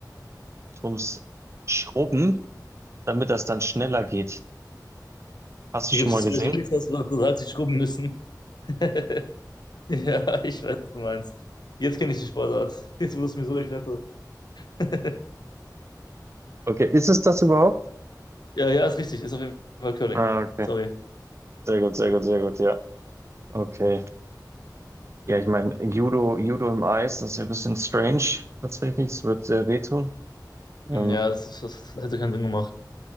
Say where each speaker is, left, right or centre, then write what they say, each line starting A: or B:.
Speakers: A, on the right; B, on the left.
A: ums Schrubben, damit das dann schneller geht. Hast du
B: Hier
A: schon
B: gibt
A: mal
B: es
A: gesehen?
B: zwei Julis, hast du noch gesagt, die schrubben müssen. <laughs> Ja, ich weiß, was du meinst. Jetzt kenne ich die Sportart. Jetzt wurde es mir so erklärt. <laughs>
A: Okay, ist es das überhaupt?
B: Ja, ja, ist richtig. Ist auf jeden Fall Curling.
A: Ah, okay.
B: Sorry.
A: Sehr gut, sehr gut, sehr gut, ja. Okay. Ja, ich meine, Judo, Judo im Eis, das ist ja ein bisschen strange tatsächlich. Es wird sehr wehtun. Ähm,
B: Ja, das, ist, das hätte keinen Sinn gemacht.